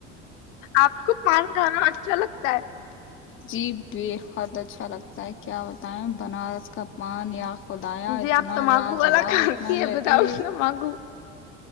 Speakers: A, on the left; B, on the left.
A: آپ کو پان کھانا اچھا لگتا س
B: جی بےحد اچھا لگتا ہے کیا بتائیں بنارس کا پان خدایا
A: ہے جی
B: اتنا
A: آپ تمباکو
B: لاجواب
A: والا کھاتی
B: اتنا
A: ہے
B: لجی
A: بتاؤ تمباکو